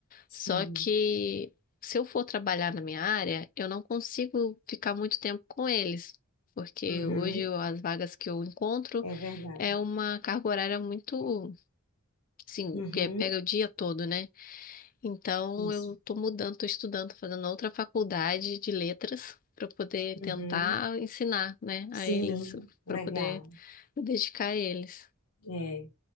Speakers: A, on the left; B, on the left.
A: sim.
B: Só que se eu for trabalhar na minha área, eu não consigo ficar muito tempo com eles, porque
A: Uhum,
B: hoje eu- as vagas que eu encontro
A: é verdade.
B: é uma carga horária muito, assim,
A: Uhum,
B: que é, pega o dia todo, né? Então
A: isso.
B: eu tô mudando, tô estudando, fazendo outra faculdade de letras para poder
A: Uhum,
B: tentar ensinar, né,
A: sim,
B: a eles,
A: legal.
B: para poder me dedicar a eles.
A: É,